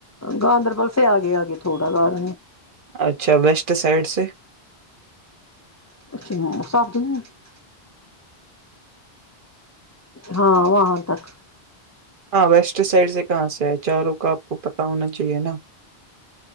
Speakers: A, on the left (about 30°); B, on the right (about 55°).
A: گاندربل سے آ گے آگے تھوڑا گان
B: اچھا ویسٹ سائڈ سے
A: <unintelligible> ہاں وہاں تک
B: ہاں ویسٹ سائڈ سے کہاں سے ہے چاروں کا آپ کو پتا ہونا چاہیے نا